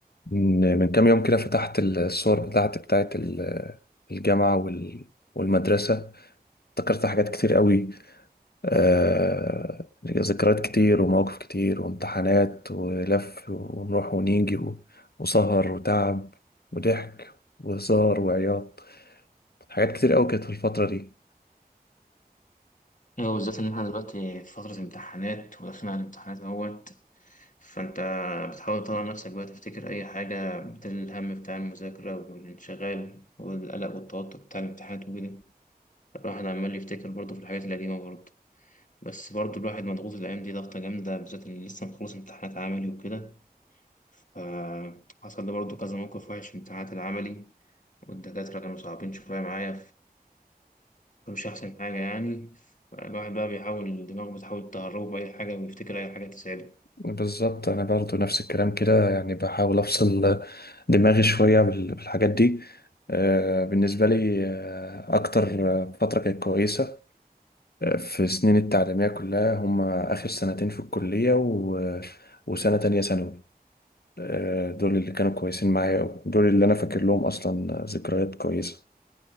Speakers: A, on the left; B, on the left.
A: من من كام يوم كده فتحت الصور بتاعتي بتاعت ال- الجامعة وال- والمدرسة افتكرت حاجات كتير قوي آه، ذكريات كتير ومواقف كتير وامتحانات ولف ونروح ونيجي و- وسهر وتعب وضحك وهزار وعياط حاجات كتير قوي كانت في الفترة دي
B: ايوه بالذات ان احنا دلوقتي في فترة امتحانات وداخلين على الامتحانات اهوت فانت بتحاول تطلع نفسك بقى تفتكر اي حاجة بدل الهم بتاع المذاكرة والانشغال والقلق والتوتر بتاع الامتحانات وكده الواحد عمال يفتكر برضه في الحاجات القديمة برضه بس برضه الواحد مضغوط الأيام دي ضغطة جامدة بالذات اللي لسه مخلص امتحانات عملي وكده فحصل لي برضه كذا موقف وحش في امتحانات العملي والدكاترة كانوا صعبين شوية معايا مش أحسن حاجة يعني الواحد بقى بيحاول دماغه بتحاول تهربه بأي حاجة ويفتكر أي حاجة تساعده
A: بالظبط أنا برضو نفس الكلام كده يعني بحاول أفصل دماغي شوية بال- بالحاجات دي آه، بالنسبة لي آه، أكتر آه، فترة كانت كويسة في سنين التعليمية كلها هم آخر سنتين في الكلية و... وسنة تانية ثانوي آه، دول اللي كانوا كويسين معايا أوي دول اللي أنا فاكر لهم أصلا ذكريات كويسة